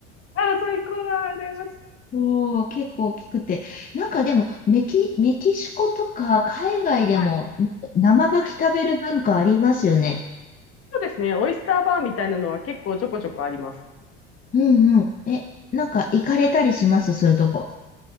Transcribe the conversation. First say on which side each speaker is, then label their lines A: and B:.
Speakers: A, on the left; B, on the left.
A: あー、最高だ。羨ましい。
B: おー、結構大きくて。なんかでも、メキ、メキシコとか海外でも生牡蠣食べる文化ありますよね。
A: はい。はい。そうですね。オイスターバーみたいなのは結構ちょこちょこあります。
B: うんうん。え、なんか行かれたりしますそういうとこ。